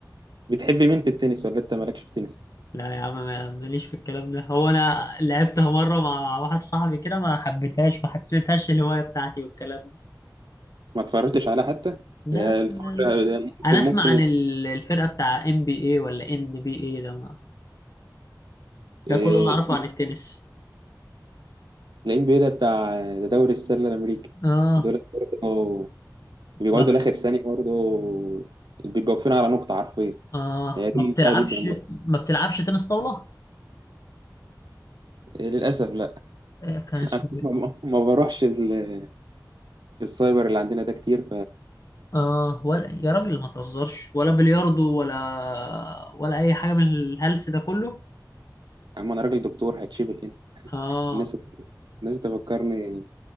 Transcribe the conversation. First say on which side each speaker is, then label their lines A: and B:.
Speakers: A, on the right; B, on the left.
A: بتحب مين في التنس ولا أنت مالكش في التنس؟
B: لا يا عم ما- ماليش في الكلام ده هو انا لعبتها مره مع واحد صاحبي كده ما حبيتهاش ما حسيتهاش الهوايه بتاعتي والكلام ده
A: ما اتفرجتش عليها حتى؟
B: لا
A: هي الفرجة
B: لا لا
A: ممكن
B: انا اسمع
A: ممكن
B: عن ال- الفرقه بتاع ام بي اي ولا ان بي اي ده ما.
A: إيه،
B: ده كله اللي اعرفه عن التنس
A: ال NBA ده بتاع ده دوري السلة الأمريكي
B: اه
A: دول برضه بيقعدوا
B: ما
A: لآخر ثانية برضه بيبقوا واقفين على نقطة حرفيا
B: اه
A: هي دي
B: ما
A: ممتعة
B: بتلعبش
A: جدا برضه
B: ما بتلعبش تنس طاوله
A: للأسف لا
B: آه، كان اسمه
A: أصل
B: ايه
A: ما ما بروحش ال- السايبر اللي عندنا ده كتير
B: اه ولا يا راجل ما تهزرش ولا بلياردو ولا ولا اي حاجه من الهلس ده كله
A: فأما أنا راجل دكتور هتشبه هنا
B: اه
A: الناس الناس تفكرني